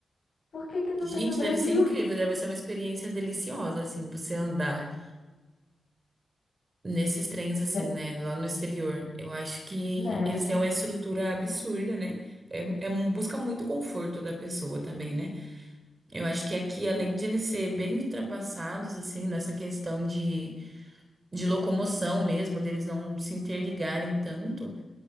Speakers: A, on the left (about 55°); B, on the right (about 30°).
A: Por que que não
B: Gente,
A: tem no Brasil?
B: deve ser incrível, deve ser uma experiência deliciosa assim, você andar nesses trens assim,
A: De-
B: né, lá no exterior. Eu acho que
A: Deve.
B: eles têm uma estrutura absurda, né? É, é um- busca muito conforto da pessoa também, né? Eu acho que aqui, além de eles serem bem ultrapassados, assim, nessa questão de, de locomoção mesmo, deles não se interligarem tanto,